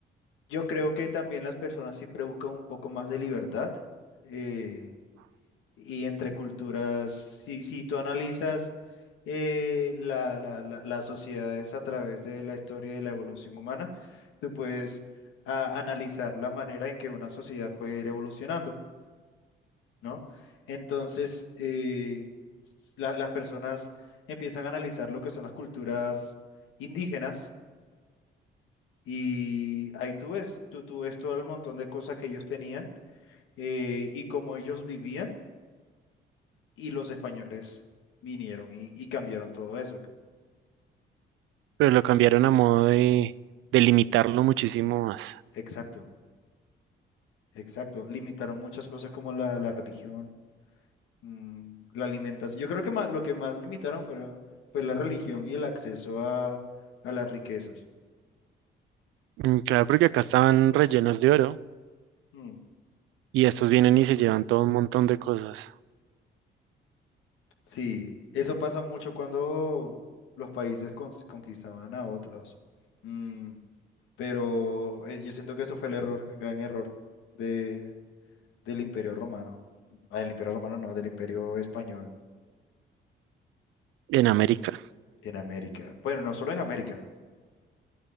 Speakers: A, on the left (about 85°); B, on the right (about 85°).
A: yo creo que también las personas siempre buscan un poco más de libertad. eh, y entre culturas, si, si tú analizas eh, la, la- la- las sociedades a través de la historia y la evolución humana, tú puedes ah, analizar la manera en que una sociedad puede ir evolucionando, ¿no? Entonces, eh, s- la- las personas empiezan a analizar lo que son las culturas indígenas y ahí tú ves, tú, tú ves todo el montón de cosas que ellos tenían eh, y cómo ellos vivían y los españoles vinieron y, y cambiaron todo eso.
B: pero
A: Mm,
B: lo cambiaron a modo de, de limitarlo muchísimo más.
A: exacto, exacto. Limitaron muchas cosas como la, la religión, mm, la alimentación. Yo creo que más, lo que más limitaron fue, fue la religión y el acceso a, a las riquezas.
B: Mm, Claro, porque acá estaban rellenos de oro
A: Mm,
B: y estos vienen y se llevan todo un montón de cosas
A: sí, eso pasa mucho cuando los países cons- conquistaban a otros. Mm, pero eh, yo siento que eso fue el error, el gran error de, del Imperio Romano. Ah, del Imperio Romano no, del Imperio Español
B: en América.
A: en América. Bueno, no solo en América,